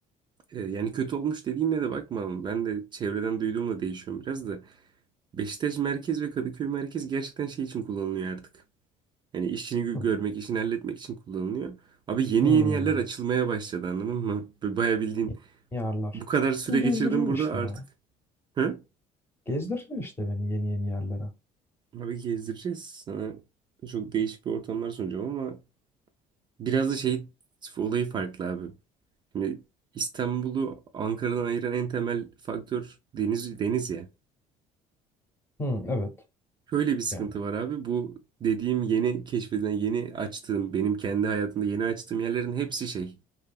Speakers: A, on the right; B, on the left.
A: E, Yani kötü olmuş dediğime de bakma. Ben de çevreden duyduğumla değişiyorum biraz da. Beşiktaş merkez ve Kadıköy merkez gerçekten şey için kullanılıyor artık. Yani işini
B: Hı.
A: görmek, işini halletmek için kullanılıyor. Abi yeni
B: Hmm.
A: yeni yerler açılmaya başladı anladın mı? B- Bayağı bildiğin
B: Yeni yerler.
A: bu kadar süre
B: Beni gezdireceksin
A: geçirdim burada
B: işte
A: artık.
B: ya.
A: Hı?
B: Gezdireceksin işte beni yeni yeni yerlere.
A: Abi gezdireceğiz sana. Çok değişik bir ortamlar sunacağım ama biraz da şey olayı farklı abi. Şimdi İstanbul'u Ankara'dan ayıran en temel faktör deniz, deniz ya.
B: Hı, evet.
A: Şöyle bir sıkıntı
B: Yani.
A: var abi. Bu dediğim yeni keşfedilen, yeni açtığım, benim kendi hayatımda yeni açtığım yerlerin hepsi şey.